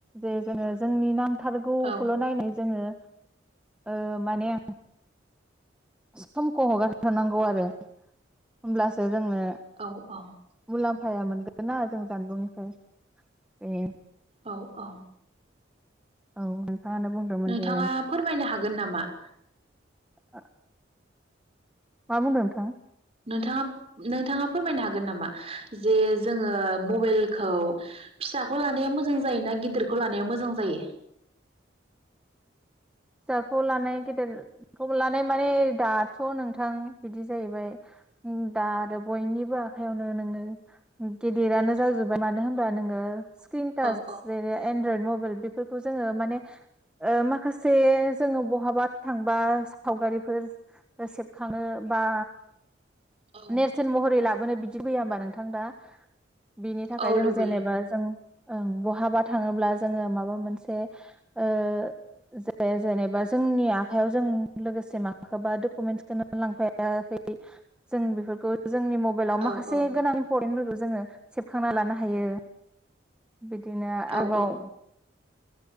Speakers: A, in the centre; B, on the right (about 30°).
A: जे जोंङो जोंनि नां थारगौखौल
B: औ
A: नायनो जोंङो ओ माने समखौ हगारहोनांगौ आरो होमब्लासो जोंनो
B: औ औ
A: मुलाम्फ फाया मोनगोन ना जों जानबुंनिफ्राय बे
B: औ औ।
A: औ। नोंथाङानो बुंदोंमोन
B: नोंथाङा
A: दे
B: फोरमायनो हागोन नामा?
A: आ मा बुंदों नोंथां?
B: नोंथाङा नोंथाङा फोरमायनो हागोन नामा जे जोंङो मबाइलखौ फिसाखौ लानाया मोजां जायो ना गिदिरखौ लानाया मोजां जायो?
A: फिसाखौ लानाय गेदेरखौ लानाय माने दाथ नोंथां बिदि जाहैबाय दा आरो बयनिबो आखाइयावनो नोङो गेदिरानो जाजोबबाय मानो होनबा नोंङो सक्र्रिन टाच
B: औ औ
A: एन्ड्रइड मबाइ फोर बेफोरखौ जोंङो माने ओ माखासे से जोंङो बहाबा थांबा सावगारिफोर सेबखांङो बा
B: औ
A: नेरसोन महरै ला। बेबनो बिदि फैया होमबा नोंथां दा। बिनि थाखाय
B: औ
A: जों
B: लुबैयो
A: जेनेबा जों। ओं बहाबा थांङोब्ला जोंङो माबा मोनसे ओ ज जेनेबा जोंनि आखायाव जों लोगोसे माखौबा डकुमेन्टसखौनो लांफायाखै। जों बेफोरखौ। जोंनि मबाइलाव
B: औ
A: माखासे
B: औ
A: गोनां इम्परन्टेबो। जोंङो सेबखांना लानो हायो। बिदिनो
B: औ
A: आरोबाव।
B: औ